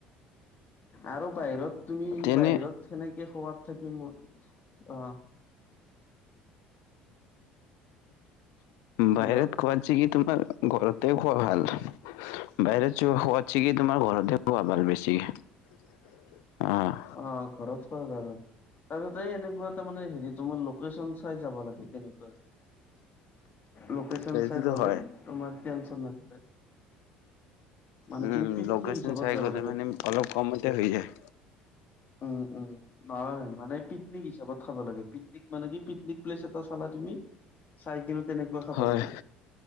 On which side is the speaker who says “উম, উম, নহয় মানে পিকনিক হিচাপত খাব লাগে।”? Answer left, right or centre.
Left